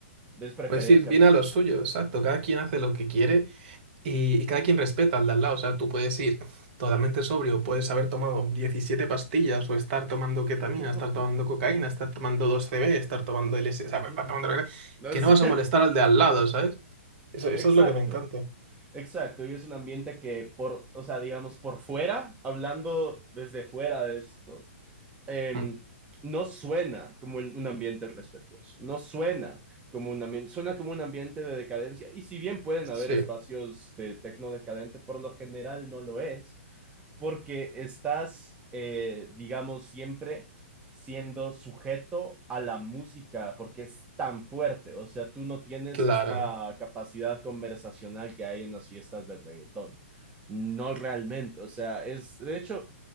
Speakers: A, on the right (about 15°); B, on the right (about 45°).
A: es preferencia
B: Pues ir bien
A: personal.
B: a lo suyo, exacto. Cada quien hace lo que quiere Y, y cada quien respeta al de al lado, o sea, tú puedes ir totalmente sobrio, puedes haber tomado 17 pastillas o estar tomando ketamina,
A: <laughs>
B: estar tomando cocaína, estar tomando 2CB, estar tomando LSD, o sea,
A: Ujú.
B: estar tomando lo que sea,
A: No
B: que
A: sé.
B: no vas a molestar al de al lado, ¿sabes?
A: <laughs>
B: Eso, eso
A: Exacto.
B: es lo que me encanta.
A: Exacto, y es un ambiente que por, o sea, digamos, por fuera, hablando desde fuera de esto, eh,
B: Mm,
A: no suena como un un ambiente respetuoso, no suena como un ambiente, suena como un ambiente de decadencia, y si bien pueden haber
B: Sí,
A: espacios de tecno decadente, por lo general no lo es, porque estás, eh, digamos, siempre siendo sujeto a la música porque es tan fuerte, o sea, tú no tienes
B: claro,
A: esta capacidad conversacional que hay en las fiestas del reggaetón. No realmente, o sea, es, de hecho,